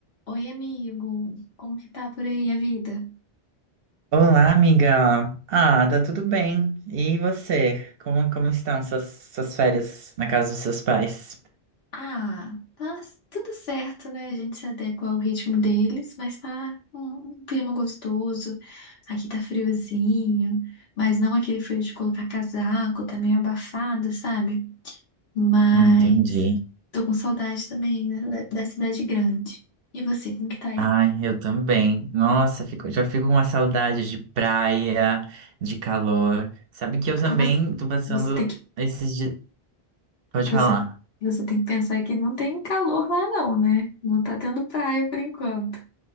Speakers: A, on the left; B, on the right.
A: Oi, amigo. Como que tá por aí a vida?
B: Olá, amiga. Ah, tá tudo bem. E você? Como, como estão suas, suas férias na casa dos seus pais?
A: Ah, tá tudo certo, né? A gente se adequa ao ritmo deles, mas tá um um clima gostoso. Aqui tá friozinho, mas não aquele frio de colocar casaco, tá meio abafado, sabe? Mas
B: Entendi.
A: tô com saudade também né, da, da cidade grande. E você, como que tá aí?
B: Ai, eu também. Nossa, fico- já fico com uma saudade de praia, de calor. Sabe que eu também
A: Você,
B: tô passando
A: você tem que,
B: esses dias. Pode
A: você,
B: falar.
A: você tem que pensar que não tem calor lá não, né? Não tá tendo praia por enquanto.